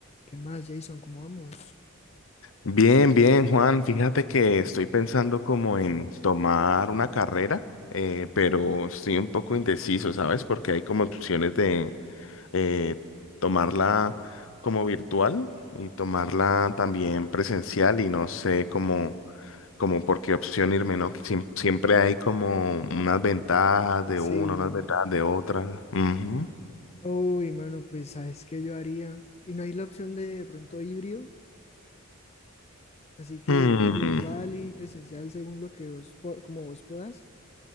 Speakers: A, on the left (about 30°); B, on the left (about 65°).
A: ¿Qué más, Jason? ¿Cómo vamos?
B: Bien, bien, Juan. Fíjate que estoy pensando como en tomar una carrera, eh, pero estoy un poco indeciso, ¿sabes? Porque hay como opciones de eh, tomarla como virtual y tomarla también presencial y no sé cómo, como por qué opción irme, ¿no? Siem- siempre hay como unas ventajas de
A: Sí.
B: una, unas ventajas de otra. Ujú.
A: Uy, mano, pues sabes qué yo haría. Y no hay la opción de, de pronto híbrido, así que
B: Hmm.
A: virtual y presencial según lo que vos, po- como vos puedas.